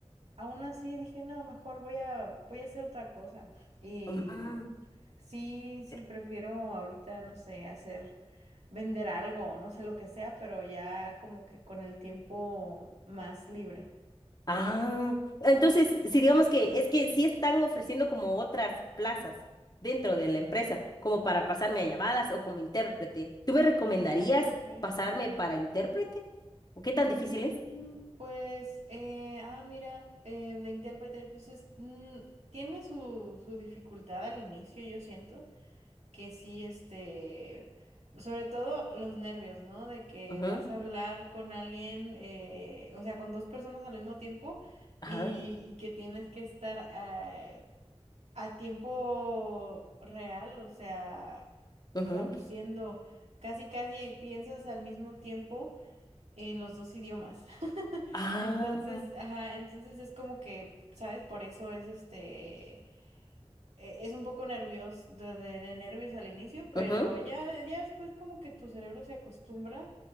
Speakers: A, on the right; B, on the left.
A: aún así dije, no, mejor voy a, voy a hacer otra cosa. Y
B: Ah,
A: Sí, sí,
B: pero-
A: prefiero ahorita, no sé, hacer, vender algo, no sé lo que sea, pero ya como que con el tiempo más libre.
B: ah, entonces, si digamos que es que sí están ofreciendo como otras plazas dentro de la empresa, como para pasarme a llamadas o como intérprete. ¿Tú me recomendarías
A: Ah, ok.
B: pasarme para intérprete? ¿O qué tan difícil
A: Mm,
B: es?
A: Pues, eh, ah, mira, eh, de intérprete, pues es, mm, tiene su, su dificultad al inicio, yo siento, que sí, este, sobre todo los nervios, ¿no? De que
B: Ujú,
A: vas a hablar con alguien, eh, o sea, con dos personas al mismo tiempo
B: Ajá.
A: y, y que tienes que estar eh, a tiempo real, o sea,
B: ujú.
A: traduciendo, casi, casi piensas al mismo tiempo en los dos idiomas. <laughs>
B: Ah,
A: Entonces, ajá, entonces es como que, ¿sabes? Por eso es este e- Es un poco nervioso, de, de- de nervios al inicio, pero
B: ujú.
A: ya, ya después como que tu cerebro se acostumbra